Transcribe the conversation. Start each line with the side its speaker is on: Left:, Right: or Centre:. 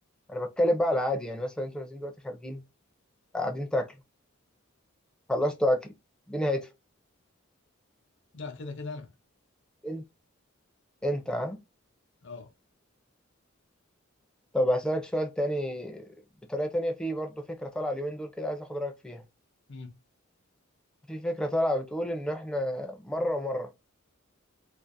Centre: انا بتكلم بقى على العادي يعني مثلا انتوا نازلين دلوقتي خارجين قاعدين تاكلوا خلصتوا اكل مين هيدفع
Left: ده كده كده انا
Centre: انت انت ها
Left: اه
Centre: طب هسألك سؤال تاني بطريقه تانية في برضه فكره طالعه اليومين دول كده عايز اخد رايك فيها
Left: امم
Centre: في فكره طالعه بتقول ان احنا مره ومره